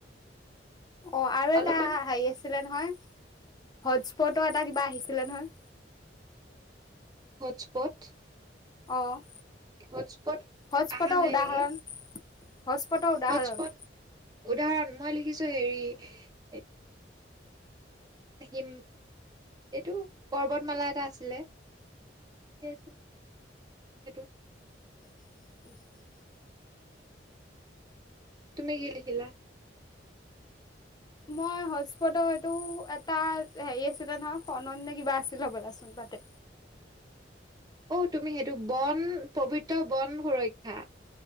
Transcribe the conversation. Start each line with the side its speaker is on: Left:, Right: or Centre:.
Left: অ' আৰু এটা
Right: অলপমান
Left: হেৰি আছিলে নহয়, হটস্পট এটা কিবা আহিছিলে নহয়।
Right: হজপট
Left: অ',।
Right: হটস্পট
Left: হটস্পটৰ
Right: আহা নাই
Left: উদাহৰণ
Right: নেকি?
Left: হটস্পটৰ উদাহৰণ।
Right: হটস্পট উদাহৰণ মই লিখিছো হেৰি হিম এইটো পৰ্বতমালা এটা আছিলে আ সেইটো।
Left: <inaudible>
Right: তুমি কি লিখিলা?
Left: মই হটস্পট এইটো এটা হেৰি আছিলে নহয়, খনন নে কিবা আছিলে ব'লাচোন তাতে।
Right: অ' তুমি সেইটো বন, পবিত্ৰ বন সুৰক্ষা